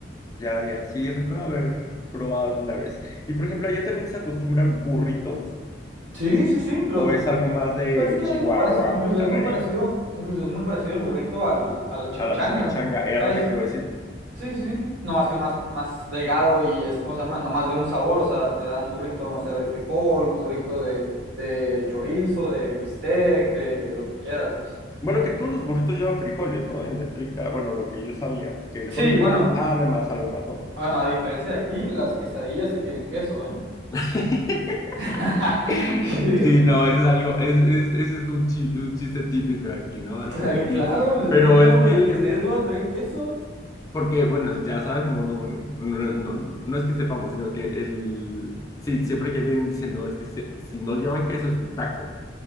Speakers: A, on the left (about 20°); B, on the right (about 80°).
A: Ya, ya. Sí, recuerdo haber probado alguna vez. Y por ejemplo, allá también se acostumbran burritos.
B: Sí, sí, sí. Los,
A: ¿O
B: bu-
A: es algo más de
B: pues es que
A: Chihuahua,
B: es muy parecido, incluso
A: Monterrey,
B: es muy parecido, incluso es muy parecido el burrito al, a la chimichanga.
A: a la chimichanga? Era
B: Casi,
A: lo que te iba a decir.
B: sí, sí, sí. No más que es más, más delgado y es, ¿cómo se llama? Nomás de un sabor, o sea, te dan un burrito, no sé, de frijol, un burrito de, de chorizo, de bistec, de lo que quieras, pues.
A: Bueno, que todos los burritos llevan frijoles, ¿no? En estricta, bueno, lo que yo sabía, que le
B: Sí,
A: ponen frijoles,
B: bueno,
A: además, algo más, ¿no?
B: bueno, a diferencia de aquí, las quesadillas sí tienen queso, ¿eh?
A: <laughs>
B: <laughs>
A: Sí,
B: Sí,
A: no, eso es algo, es, es, ese es un, chi- un chiste típico de aquí, ¿no?
B: claro,
A: Sí, aquí,
B: y claro, pues
A: pero
B: es que como
A: es
B: las
A: que,
B: quesadillas no van a tener queso.
A: porque, bueno, ya sabemos, no, bueno, no, no, no es que sepamos, sino que el, sí, siempre que vienen dicen, no, es que se- si no llevan queso es un taco.